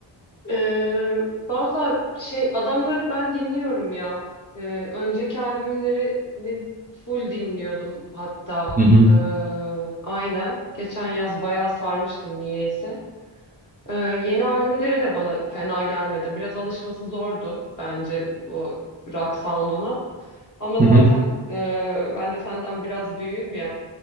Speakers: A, on the left (about 40°); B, on the right (about 20°).
A: Ee, valla şey adamları ben dinliyorum ya. Ee, önceki albümlerini full dinliyordum hatta.
B: Hı hı.
A: Ee, aynen. Geçen yaz bayağı sarmıştım niyeyse. Ee, yeni albümleri de bana fena gelmedi. Biraz alışması zordu bence o rock sound'una. Ama zaten
B: Hı hı.
A: e, ben de senden biraz büyüğüm ya.